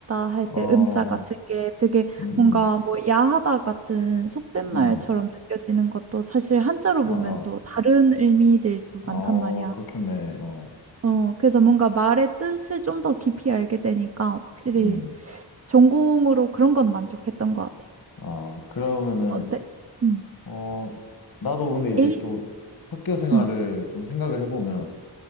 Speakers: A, on the right; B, on the left.
A: 할 때
B: 어, 어,
A: 음자 같은 게 되게
B: 음,
A: 뭔가 뭐 야하다 같은 속된 말처럼
B: 음, 음,
A: 느껴지는 것도 사실 한자로
B: 어,
A: 보면
B: 어,
A: 또 다른 의미들도
B: 어,
A: 많단 말이야.
B: 그렇겠네. 어,
A: 어, 그래서 뭔가 말의 뜻을 좀 더 깊이 알게 되니까 확실히
B: 음,
A: 전공으로 그런 건 만족했던 것 같아.
B: 아, 그러면은,
A: 어때? 음.
B: 어, 나도 근데 이제
A: 에이,
B: 또 학교 생활을
A: 음,
B: 좀 생각을 해보면